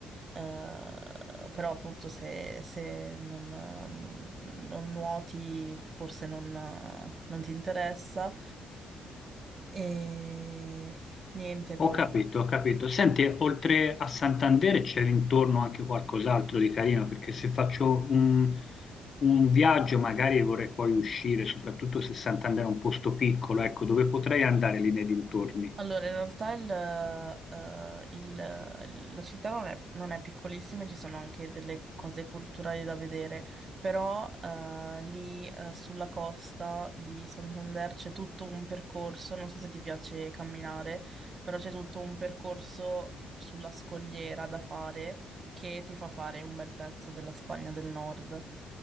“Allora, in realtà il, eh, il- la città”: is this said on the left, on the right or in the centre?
Right